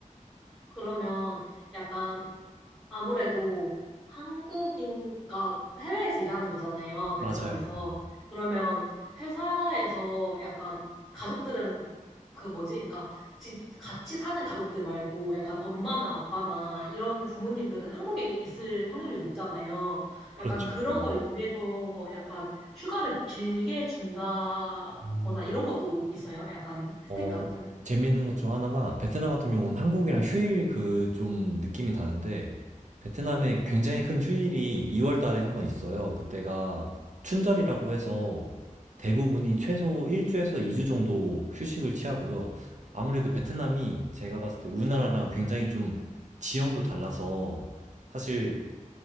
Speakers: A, in the centre; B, on the right.
A: 그러면 약간 아무래도 한국인, 그 해외에서 일하는 거잖아요, 베트남에서.
B: 맞아요. 네.
A: 그러면 회사에서 약간 가족들은 그 뭐지? 그러니까 지- 같이 사는 가족들 말고 약간 엄마나 아빠나 이런 부모님들은 한국에 있을 확률이 높잖아요.
B: 그렇죠.
A: 약간 그런
B: 네네.
A: 거를 위해서 약간 휴가를 길게 준다거나
B: 음.
A: 이런 것도 있어요. 약간 혜택
B: 어,
A: 같은.
B: 재밌는 것 중 하나가 베트남 같은 경우는 한국이랑 휴일 그 좀 느낌이 다른데 베트남에 굉장히 큰 휴일이 2월 달에 한 번 있어요. 그때가 춘절이라고 해서 대부분이 최소 1주에서 2주 정도 휴식을 취하고요. 아무래도 베트남이 제가 봤을 때 우리나라랑 굉장히 좀 지형도 달라서 사실